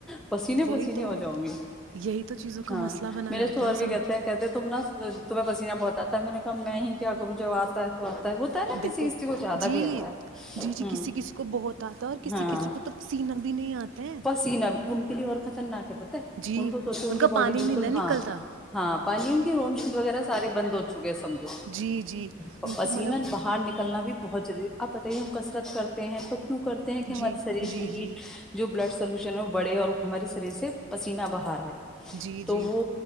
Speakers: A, in the centre; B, on the right.
A: پسینے
B: وہی
A: پسینے
B: تو
A: ہو جاؤ گی
B: یہی تو چیزوں کا
A: ہاں
B: مسئلہ بنا
A: میرے
B: رہتا
A: شوہر
B: ہے سم
A: بھی کہتے ہیں کہتے ہیں تم نا تو میں پسینہ بہت اتا ہے میں نے کہا میں ہی کیا کروں جب اتا ہے تو اتا ہے ہوتا ہے نا کسی
B: دیکھو
A: سے وہ زیادہ
B: جی
A: بھی اتا ہے
B: جی جی کسی کسی کو بہت آتا ہے اور کسی
A: ہاں
B: کسی کو تو پسینہ بھی نہیں آتا ہے
A: ان کے لیے اور خطرناک ہے پت ہے
B: جی
A: ان کو سوتے ہوں گے
B: کا پانی
A: باڈی بالکل
B: نہیں نہ
A: ہاں
B: نکلتا
A: ہاں پانی ان کے وغیرہ سارے بند ہو سمجھو
B: جی جی
A: پسینا
B: ان کو مطلب
A: باہر نکلنا بھی بہت ضروری کرتے ہیں تو کیوں کرتے ہیں کہ
B: جی
A: ہماری سیریز
B: جی
A: میں
B: جی
A: جو بلڈ بڑے اور ہماری سرے سے پسینہ بہا رہا ہے
B: جی جی
A: تو وہ